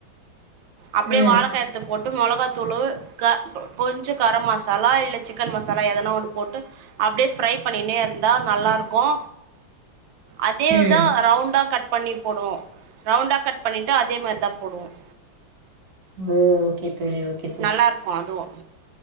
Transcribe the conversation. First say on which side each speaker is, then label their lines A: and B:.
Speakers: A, on the right; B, on the right.
A: அப்படியே
B: ம்
A: வாழைக்காயத்து போட்டு மிளகாத்தூளு க கொஞ்ச கரம் மசாலா இல்ல சிக்கன் மசாலா எதனா ஒண்ணு போட்டு அப்படியே ஃப்ரை பண்ணிண்ணே இருந்தா நல்லா இருக்கு அதேதான்
B: ம்
A: ரவுண்டா கட் பண்ணி போடுவோம் ரவுண்டா கட் பண்ணிட்டு அதே மாதிரி தான் போடுவோம்
B: ஓகே தோழி ஓகே
A: நல்லா இருக்கும் அதுவும்